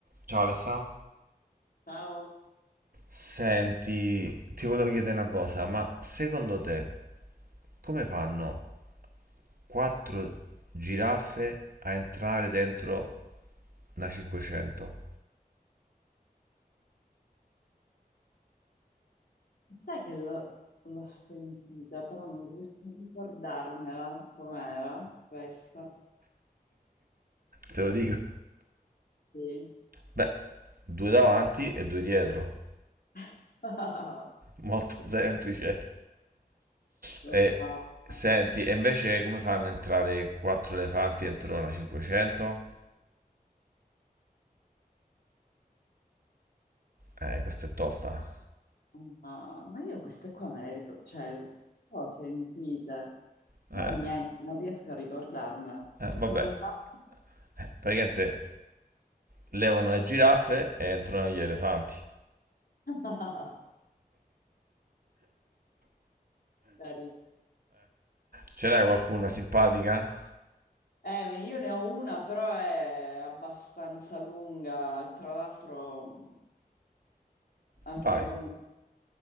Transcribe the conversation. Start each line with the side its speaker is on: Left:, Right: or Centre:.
Right: Ciao Alessà.
Left: Ciao,
Right: Senti, ti volevo chiedere una cosa, ma secondo te come fanno quattro giraffe a entrare dentro una 500?
Left: sai che l'ho l'ho sentita, però non riesco a ricordarmela com'era questa.
Right: Te lo dico.
Left: Sì.
Right: Beh, due davanti e due dietro.
Left: <laughs>
Right: Molto semplice.
Left: No,
Right: E
Left: no,
Right: senti,
Left: no,
Right: e invece come fanno a entrare quattro elefanti dentro una 500? Eh, questa è tosta.
Left: <laughs> ma io queste qua me le ricordo, cioè le ho sentite, però
Right: Eh,
Left: niente, non riesco a ricordarmela.
Right: eh, vabbè,
Left: Come fa?
Right: Eh, praticamente levano le giraffe e entrano gli elefanti.
Left: <laughs> Carino.
Right: Ce n'è qualcuna simpatica?
Left: Eh, io ne ho una, però è abbastanza lunga, tra l'altro anche
Right: Vai.
Left: con...